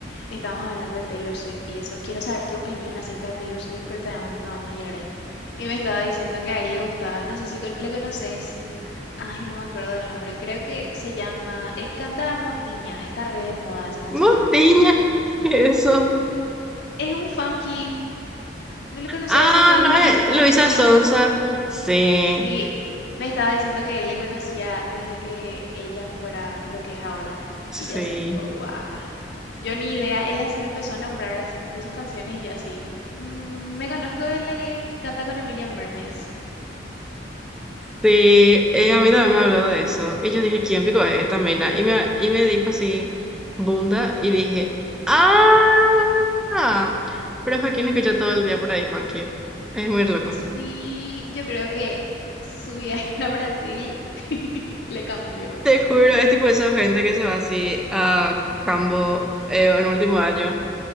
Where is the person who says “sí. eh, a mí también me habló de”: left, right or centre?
Centre